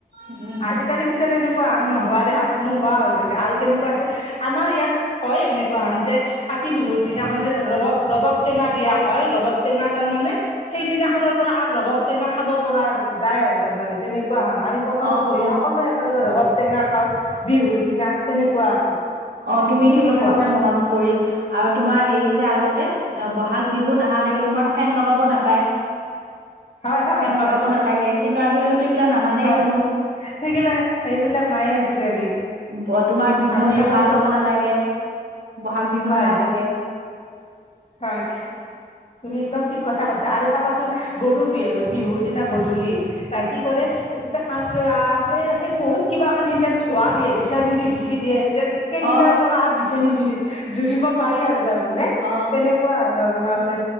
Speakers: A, on the right (about 85°); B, on the left (about 40°).
A: উম উম
B: আজিকালি বিচাৰে এনে ৱা নোহোৱা দেখা নোহোৱা হৈ গৈছে আৰু কেনেকুৱা আছিল। আমাৰ ইয়াত কয় এনেকুৱা হান যে কাতি বিহুৰ দিনাখনে ৰব ৰবাব টেঙা দিয়া হয়। ৰবাব টেঙা তাৰমানে সেইদিনাখনৰ পৰা আৰ ৰবাব টেঙা খাব পৰা যায় আৰু তাৰমানে। তেনে- কোৱা হন। আমি পথাৰত
A: অ
B: বহি
A: অ
B: সকলোৱে একেলগে ৰবাব টেঙা খাও বিহুৰ দিনা তেনেকুৱা আছিল।
A: অ তুমি ইটো
B: কি
A: কথা
B: কোৱা
A: কওঁতে মনত পৰিল। আৰু তোমাৰ হেৰি যে আগতে বহাগ বিহু নাহালেকে তোমাৰ ফেন লগাব নেপায়।
B: হয় হয়
A: ফেন
B: হয়
A: লগাব নালাগে কিন্তু আজিকালিটো এইবিলাক নামানেই
B: হয়
A: কোনো।
B: সেইগিলা সেইবিলাক নাই আজিকালি।
A: ব তোমাৰ বিচনীৰ
B: আৰু চাবাচোন
A: বাঁহ ল'ব নালাগে, বহাগ বিহু
B: হয়
A: নাহালৈকে।
B: হয় তুমি একদম ঠিক কথা কৈছা আৰু চাবাচোন গৰুৰ বিহু বিহুৰ দিনা গধূলি কি কৰে আ ৰা এই সেই বহুত কিবা কানি যে ধোঁৱা দিয়ে। বিচনি দি বিচি দিয়ে। যে সেই
A: অ
B: দিনাৰ পৰা আৰু বিচনী জুৰি জুৰিব পাৰি আৰু তাৰমানে।
A: অ
B: তেনেকুৱা ধৰণৰ আছে।